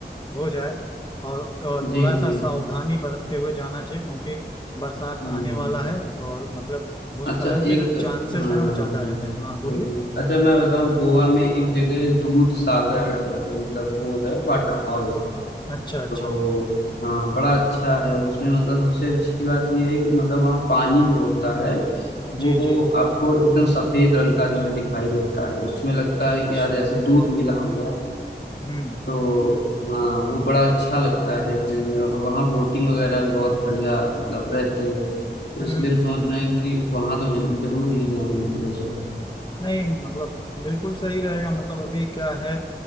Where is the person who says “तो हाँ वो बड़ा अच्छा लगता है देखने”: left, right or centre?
Left